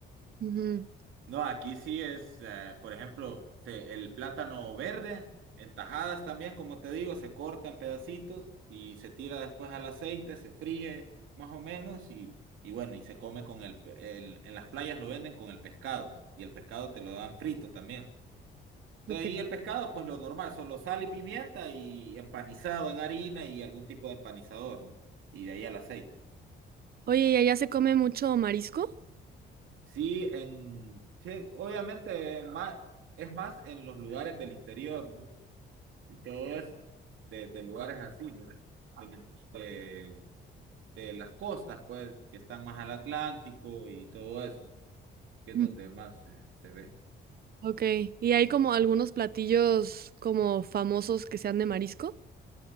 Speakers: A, on the right; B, on the right.
A: Ujú,
B: No, aquí sí es, eh, por ejemplo, se- el plátano verde, en tajadas también, como te digo, se corta en pedacitos y se tira después al aceite, se fríe más o menos y, y bueno, y se come con el, pe- el- en las playas lo venden con el pescado y el pescado te lo dan frito también. Entonces,
A: ok.
B: y el pescado, pues lo normal, solo sal y pimienta y empanizado en harina y algún tipo de empanizador, ¿no? Y de ahí al aceite.
A: Oye, ¿y allá se come mucho marisco?
B: Sí, en, sí, obviamente más, es más en los lugares del interior, ¿no? Y Todo es de, de lugares así, ¿no? Del- De, de las costas, pues, que están más al Atlántico y todo eso, que es
A: Mm.
B: donde más eh, se ve.
A: Ok. ¿Y hay como algunos platillos como famosos que sean de marisco?